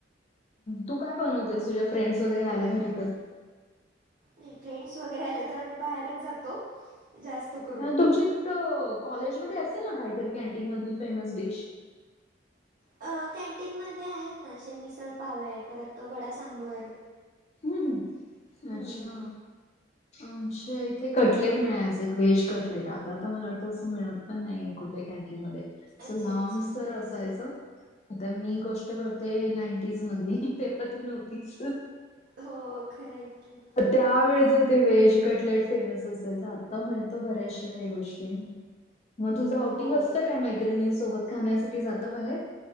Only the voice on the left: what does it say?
तू काय बनवतेस तुझ्या फ्रेंडस वगैरे आल्या घरी तर?
हा तुमची तिथं कॉलेजमध्ये असेल ना काहीतरी कॅनटीन मधली फेमस डिश?
हम्,
अच्छा! आमच्या इथे कटलेट मिळायचं व्हेज कटलेट आता तर मला वाटतं असं मिळत पण नाही कुठल्या कॅन्टीन मध्ये. अस
लांब
सर असायचं. आता मी गोष्ट करते नाईंटीज मधली ते तू नव्हतीस.
त्यावेळेच ते व्हेज कटलेट फेमस असयच आता मिळतो बऱ्याचशा काही गोष्टी मग तुझं आउटिंग
असतं काय मैत्रिणी सोबत खाण्यासाठी जाता बाहेर?